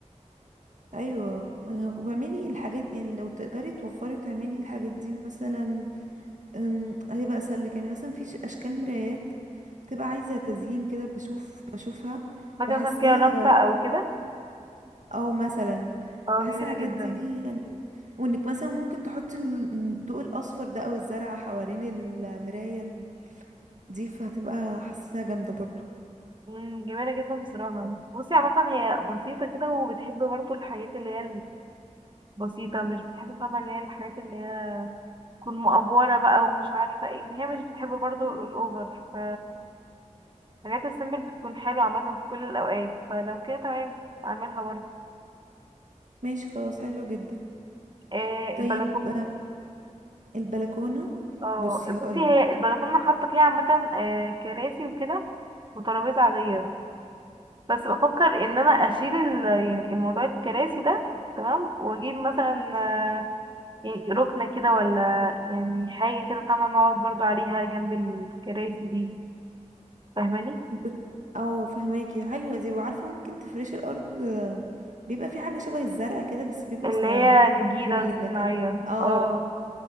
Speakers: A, on the right; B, on the right.
A: ايوه آه، واعملي الحاجات يعني لو تقدري توفري وتعملي الحاجات دي مثلا أم، هيبقى اسهل لك. يعني مثلا في ش- اشكال مرايات بتبقى عايزة تزيين كده بشوف بشوفها
B: حاجة
A: بحسها
B: مثلا فيها لمبة او كده
A: او مثلا
B: اه
A: بحس
B: جميلة
A: الحاجات
B: جدا
A: دي يعني وانك مثلا ممكن تحطي ال- الضوء الاصفر ده او الزرع حوالين المراية دي فهتبقى حاساها جامدة برضو
B: مم، جميلة جدا بصراحة بصي عامة هي بسيطة كده وبتحب برضو الحاجات اللي هي البسيطة مش بتحب فاهمة اللي هي الحاجات اللي هي تكون مأفورة بقى ومش عارفة ايه هي مش بتحب برضو الأوفر ف الحاجات السيمبل بتكون حلوة عامة في كل الأوقات فلو كده تمام أعملها برضه
A: ماشي خلاص حلو جدا
B: آه
A: طيب
B: البلكونة
A: آه، البلكونة
B: اه
A: بصي هقولك
B: بصي هي البلكونة حاطة فيها عامة آه كراسي وكده وترابيزة عادية بس بفكر إن أنا أشيل ال- يعني الموضوع الكراسي ده تمام وأجيب مثلا آه، يعني ركنة كده ولا يعني حاجة كده فاهمة نقعد برضه عليها جنب الكراسي دي فاهماني
A: ب... او فهماكي حلوة دي وعارفة ممكن تفرشي الأرض آه، بيبقى في حاجة شبه الزرع كده بس بيبقى
B: اللي
A: صناعي
B: هي نجيلة
A: جنينة
B: صناعية
A: كده اه
B: اه